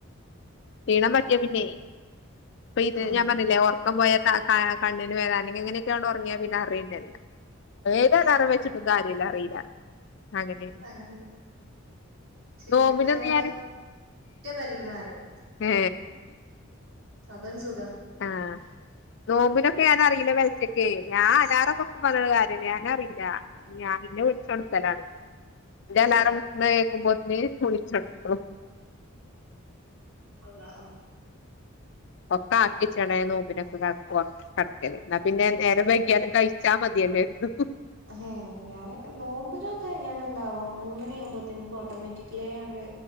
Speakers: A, on the left; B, on the right.
A: ക്ഷീണം പറ്റിയ പിന്നെ അപ്പൊ ഇത്
B: ആഹ്
A: ഞാൻ പറഞ്ഞില്ലേ ഓർ ഇപ്പം പോയ കണ്ണിന് വേദാനെ എങ്ങനെയൊക്കെയ ഉറങ്ങിയാ പിന്നെ അറയിന്നല്ല ഏതാലറാം വെച്ചിട്ട്. സുഖാര്യല്ല അറിയില്ല. അങ്ങനെയാണ്
B: അകനണ്ട് ച
A: നോമ്പിനൊന്നും
B: എന്റെ പുതിയപ്പ.
A: ഞാൻ
B: മറ്റ പൽ <unintelligible>
A: ഉം
B: അതാണ് സുഖ
A: ആഹ് നോമ്പിനൊക്കെ ഞാനൻറിയില്ല പെൽചക് ഞാൻ അലാറം വെക്കും പറഞ്ഞ്ട് കാര്യമല്ലേ ഞാൻ അറിയില്ല. ഞാൻ പിന്നെ വിളിച്ചു ഉണർത്തൽ ആണ് എന്റെ
B: ഏഹ്
A: അലാറം കേക്കുമ്പോത്തിന് വിളിച്ച് ഓണർത്തും.
B: അളള
A: ഒക്ക ആക്കി ചട നോപിനൊക്കെ കടക്കല് എന്നാ പിന്നെ നേരം വൈകിയാലും കഴിച്ചാ മതിയല്ലോയിരുന്ന്.
B: ഹമ്മ്.. ഞാനൊക്കെ നോമ്പരൊക്കെ ഞാൻ എന്താവാം മൂന്നണിയ ആവുമ്പോത്തെ എനിക് ഓട്ടോമാറ്റിക്കലേണ്ട്.